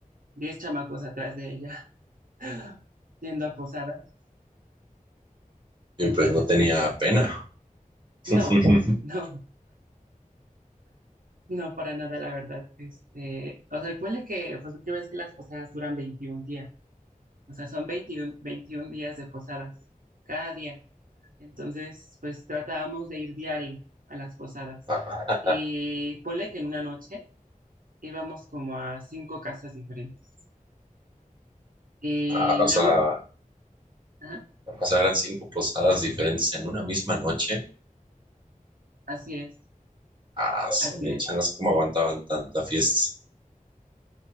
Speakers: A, on the right; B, on the right.
A: 10 chamacos atrás de ella <laughs> yendo a posadas.
B: Y
A: Entonces,
B: pues no tenía
A: pues,
B: pena. <laughs>
A: no, <laughs> no, no para nada, la verdad. Este, o sea, ponle que, pues, que ves que las posadas duran 21 días. O sea, son 21, 21 días de posadas cada día. Entonces, pues tratábamos de ir diario a las posadas.
B: Ah,
A: Y ponle que en una noche íbamos como a cinco casas diferentes. Y
B: ah, o
A: luego,
B: sea,
A: ajá,
B: o sea, eran cinco posadas diferentes en una misma noche.
A: así es.
B: Ah, su
A: Así
B: mecha,
A: es.
B: no sé cómo aguantaban tanta fiesta.